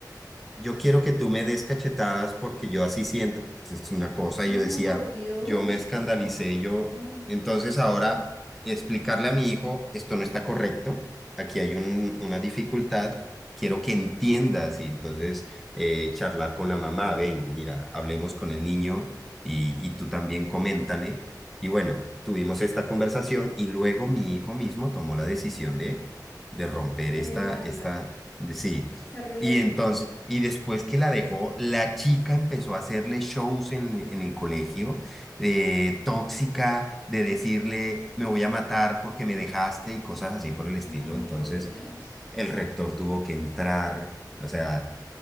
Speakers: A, in the centre; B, on the left.
A: yo quiero que tú me des cachetadas porque yo así siento. pues, Es una cosa,
B: Oh,
A: y yo decía,
B: por Dios,
A: yo me escandalicé,
B: no,
A: yo, entonces
B: no.
A: ahora explicarle a mi hijo, esto no está correcto, aquí hay un- una dificultad, quiero que entiendas, y entonces eh, charlar con la mamá, ven, mira, hablemos con el niño y, y tú también coméntale. Y bueno, tuvimos esta conversación y luego mi hijo mismo tomó la decisión de, de romper
B: dejarla,
A: esta, esta, de, sí
B: esa relación.
A: y entonces, y después que la dejó, la chica empezó a hacerle shows en, en el colegio, de tóxica, de decirle, me voy a matar porque me dejaste y cosas así por el estilo.
B: Ay,
A: Entonces,
B: por Dios.
A: el rector tuvo que entrar, o sea,